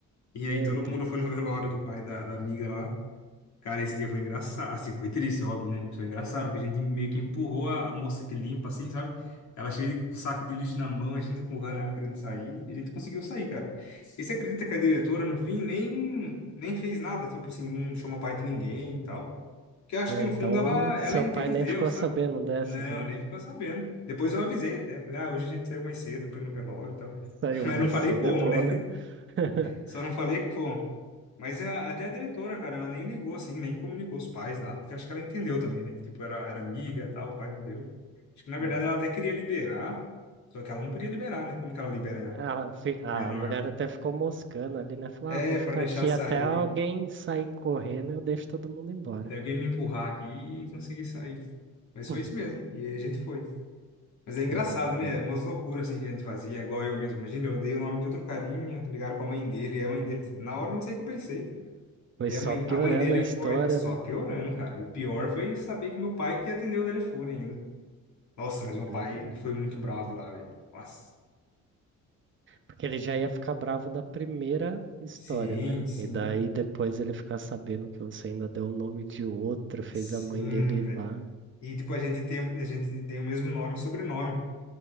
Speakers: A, on the left (about 65°); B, on the right (about 40°).
A: E
B: Meu
A: aí todo mundo
B: Deus.
A: foi no velório do pai da, da amiga lá. Cara, esse dia foi engraçado. Assim, foi triste, óbvio, né? Mas Foi engraçado, porque a gente meio que empurrou a, a moça que limpa, assim, sabe? Ela cheia de com o saco de lixo na mão, a gente empurrando ela querendo sair. E a gente conseguiu sair, cara. E você acredita que a diretora, no fim, nem, nem fez nada? Tipo assim, não chamou pai de ninguém e tal. Porque eu acho
B: Ah,
A: que, no
B: então,
A: fundo, ela, ela
B: seu
A: entendeu,
B: pai nem ficou
A: sabe?
B: sabendo dessa
A: Não,
B: daí.
A: nem ficou sabendo. Depois eu avisei até. Falei, ah, hoje a gente saiu mais cedo, foi no velório e tal. <laughs>
B: Saiu
A: Mas
B: mais
A: não falei
B: cedo,
A: como,
B: é bom,
A: né?
B: né? <laughs>
A: Só não falei como. Mas a- até a diretora, cara, ela nem ligou assim, nem comunicou os pais, nada, porque acho que ela entendeu também, né? Tipo, era, era amiga, tal, o pai morreu. Acho que na verdade
B: Uhum.
A: ela até queria liberar, só que ela não podia liberar, né? Como que ela libera
B: A, fi- a
A: de menor?
B: mulher até ficou moscando ali, né? Falou,
A: É,
B: ah, vou ficar
A: pra deixar
B: aqui
A: sair,
B: até alguém sair correndo, eu deixo todo mundo embora.
A: tem alguém me empurrar aqui e conseguir sair. Mas
B: <laughs>
A: foi isso mesmo, e aí a gente foi. Mas é engraçado,
B: Que loucura.
A: né? Umas loucuras assim que a gente fazia, igual eu mesmo. Imagina, eu dei o nome de outro carinha, ligaram pra mãe dele, e a mãe dele, na hora eu não sei o que eu pensei.
B: Foi
A: Daí
B: só
A: a mãe,
B: piorando
A: a mãe dele
B: a
A: foi
B: história,
A: lá só
B: né?
A: piorando, cara. E o pior foi saber que meu pai que atendeu o telefone ainda. Nossa, mas
B: Que
A: meu
B: doideira.
A: pai foi muito bravo lá, velho. Nossa.
B: Porque ele já ia ficar bravo da primeira história,
A: Sim,
B: né?
A: sim,
B: E daí depois ele ficar sabendo que você ainda deu o nome de outro, fez
A: sim,
B: a mãe dele ir
A: velho.
B: lá.
A: E tipo, a gente tem, a gente tem o mesmo nome e sobrenome.